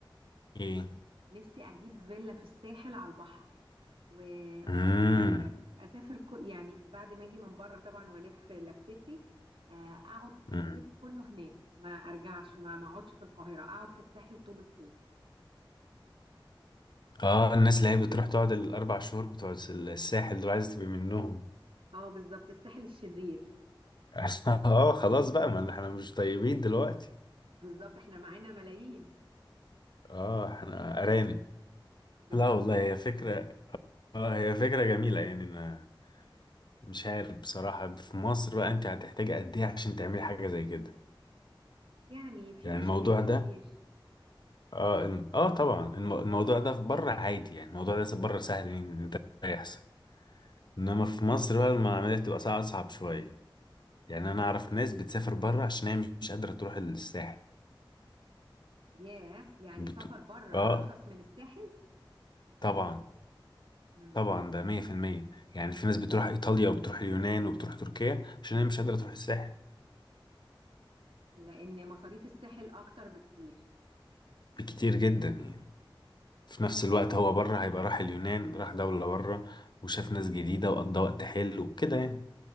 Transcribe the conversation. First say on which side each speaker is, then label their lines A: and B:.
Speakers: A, on the left; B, on the right.
A: ايه
B: نفسي اجيب فيلا في الساحل على البحر و...
A: امم
B: واسافر اسافر ك... يعني بعد ما اجي من بره طبعا والف لفتي آه، اقعد في الصيف
A: امم
B: كله هناك ما ارجعش ما ما اقعدش في القاهره اقعد في الساحل طول الصيف
A: اه الناس اللي هي بتروح تقعد الاربع شهور بتوع الساحل دول عايزه تبقي منهم
B: اه بالظبط الساحل الشرير
A: <laughs> اه خلاص بقى ما احنا مش طيبين دلوقتي
B: بالظبط احنا معانا ملايين
A: اه احنا ارانب
B: بالظبط
A: لا والله هي
B: كده
A: فكرة اه هي فكرة جميلة يعني انا مش عارف بصراحة في مصر بقى انت هتحتاجي قد ايه عشان تعملي حاجة زي كده
B: يعني في
A: يعني
B: مشاريع
A: الموضوع
B: كتير
A: ده اه إن... اه طبعا الم... الموضوع ده في بره عادي يعني الموضوع ده في بره سهل ان ده يحصل انما في مصر بقى المعاملات تبقى صعب اصعب شويه يعني انا اعرف ناس بتسافر بره عشان هي مش قادره تروح الساحل
B: ياه يعني
A: بت...
B: سفر بره ارخص
A: اه
B: من الساحل
A: طبعا
B: مم.
A: طبعا ده 100% يعني في ناس بتروح ايطاليا وبتروح اليونان وبتروح تركيا عشان هي مش قادره تروح الساحل
B: لان مصاريف الساحل اكتر بكتير
A: بكتير جدا يعني في نفس الوقت هو بره هيبقى راح اليونان راح دوله بره وشاف ناس جديده وقضى وقت حلو وكده يعني